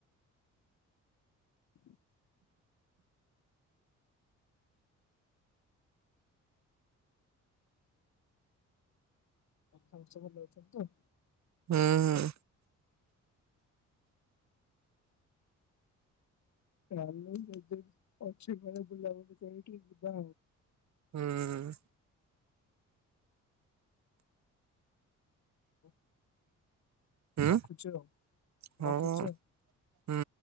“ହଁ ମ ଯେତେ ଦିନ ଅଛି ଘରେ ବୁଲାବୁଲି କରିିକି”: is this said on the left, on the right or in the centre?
Left